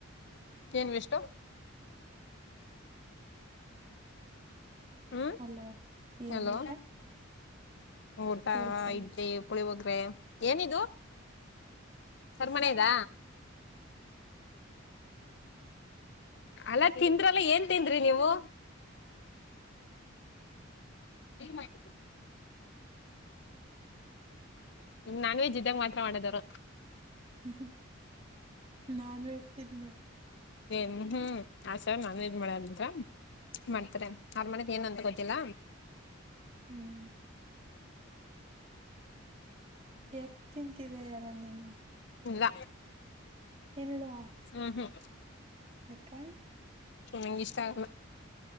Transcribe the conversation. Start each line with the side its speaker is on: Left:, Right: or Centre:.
Left: ಏನ್ವಿಷ್ಟು ಹ್ಮ್
Right: ಅಲ ಏನ್
Left: ಹಲೋ
Right: ಊಟ
Left: ಊಟ
Right: ಕೇಳ್ಸಲ್ಲ
Left: ಇಡ್ಲಿ ಕುಳಿ ಹೋಗ್ರೆ ಏನಿದು ಸರ್ಮನೆದ ಅಲ್ಲ ತಿಂದ್ರಲ್ಲ ಏನ್ ತಿಂದ್ರಿ ನೀವು ಏನ್ ಮಾಡ ಮ್ ನಾನ್ ವೆಜ್ ಇದ್ದಾಗ ಮಾತ್ರ ಮಾಡೋದರು
Right: ಹ್ಮ ನಾನು ಎತಿದ್ದೆ
Left: ಏನ್ ಹ್ಮ್ ಆಸಾ ನಾನನ್ ಇದ್ ಮಾಡಂದ ಮಾಡ್ತಾರೆ ಆಾರ್ ಮಾಡಿದ ಏನ್ ಅಂತ ಗೊತ್ತಿಲ್ಲ
Right: ಹ್ಮ್ ಯಕ್ ತಿಂತಿದೆ ಅಲ್ಲ ನೀನು
Left: ಇಲ್ಲ
Right: ತಿಲ್ುವ
Left: ಹ್ಮ ಹ್ಮ
Right: ಹಕ್ಕ
Left: ಚೊ ನಿಗೆ ಇಷ್ಟ ಆ